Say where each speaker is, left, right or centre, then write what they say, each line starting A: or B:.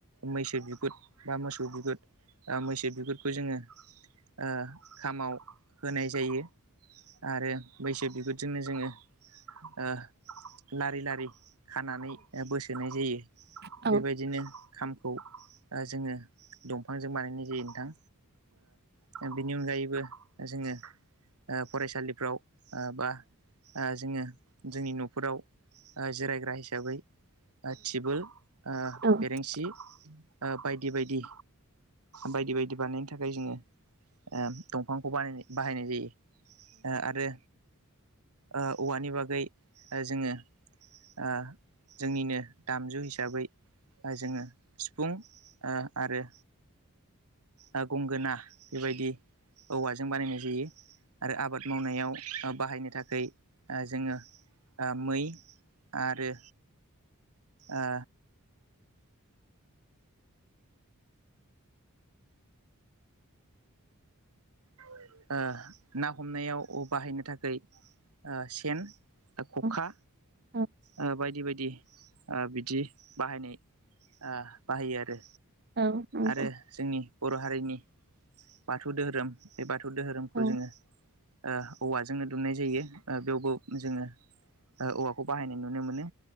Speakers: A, on the right; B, on the right.
A: मैसो बिगुथ। बा मोसौ बिगुर ओ मैसो बिगुरखौ जोंङो ओ खामाव होनाय जायो। आरो मैसो बिगुरजोंनो जोंङो ओ लारि-लारि खानानै ओ बोसोनाय जायो
B: औ
A: बेबायदिनो खामखौ ओ जोंङो दंफांजों बानायनाय जायो नोंथां ओ बेनि अनगायैबो जोंङो फरायसालिफ्राव ओ‌ बा ओ जोंङो जोंनि नफोराव ओ जिरायग्रा हिसाबै ओ टिबोल ओ
B: औ
A: बेरेंसि ओ बायदि बायदि। बायदि बायदि बानायनो थाखाय जोंङो ओ दंफांखौ बानाय बाहायनाय जायो। ओ आरो ओ औवानि बागै ओ जोंङो ओ जोंनिनो दामजु हिसाबै ओ जोंङो सिफुं ओ आरो ओ गंगोना बेबायदि औवाजों बानायनाय जायो। आरो आबाद मावनायाव बाहायनो थाखै ओ जोंङो ओ मै आरो ओ ओ ना हमनायाव ओ बाहायनो थाखाय ओ सेन खखा
B: औ औ
A: ओ‌ बायदि बायदि। ओ बिदि बाहायनाय ओ बाहायो आरो।
B: औ नंगौ
A: आरो
B: औ
A: जोंनि बर हारिनि बाथौ दोहोरोम बे बाथौ थौ दोहोरोमखौ
B: औ
A: जोंङो ओ औवाजोंनो दुमनाय जायो ओ बेवबो जोंङो ओ औवाखौ बाहायनाय नुनो मोनो।